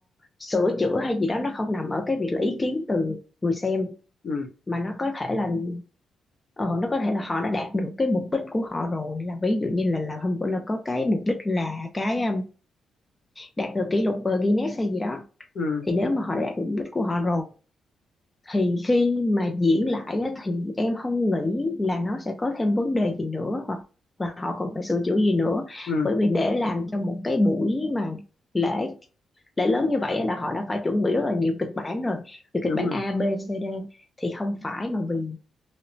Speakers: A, on the left (about 15°); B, on the left (about 50°).
A: sửa chữa hay gì đó nó không nằm ở cái việc là ý kiến từ người xem
B: Ừ.
A: mà nó có thể là ờ, nó có thể là họ đã đạt được cái mục đích của họ rồi là ví dụ như là là hôm bữa là có cái mục đích là cái um, đạt được kỷ lục uh, Guinness hay gì đó
B: Ừ.
A: thì nếu mà họ đã đạt được mục đích của họ rồi thì khi mà diễn lại á, thì em không nghĩ là nó sẽ có thêm vấn đề gì nữa hoặc là họ còn phải sửa chữa gì nữa
B: Ừ.
A: bởi vì để làm cho một cái buổi mà lễ lễ lớn như vậy á, là họ đã phải chuẩn bị rất là nhiều kịch bản rồi từ
B: đúng
A: kịch bản
B: rồi
A: A B C D thì không phải mà vì